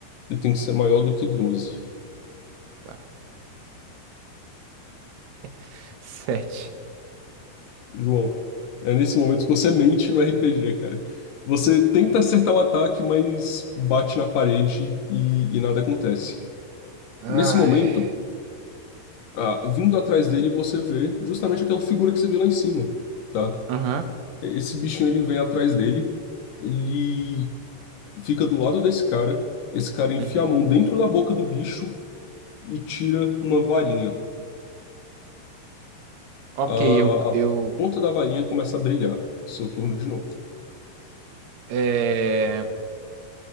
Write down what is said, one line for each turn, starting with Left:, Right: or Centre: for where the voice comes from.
Left: Ele tem que ser maior do que 12.
Right: Tá. <laughs> Sete.
Left: João, é nesse momento que você mente no RPG, cara. Você tenta acertar o ataque, mas bate na parede e, e nada acontece.
Right: Ai.
Left: Nesse momento, ah, vindo atrás dele, você vê justamente aquela figura que você viu lá em cima, tá?
Right: Aham.
Left: Esse bichinho, ele vem atrás dele, ele fica do lado desse cara, esse cara enfia
Right: Uhum.
Left: a mão dentro da boca do bicho e tira uma varinha.
Right: Ok,
Left: A,
Right: eu,
Left: a
Right: eu,
Left: ponta da varinha começa a brilhar. Seu turno de novo.
Right: é,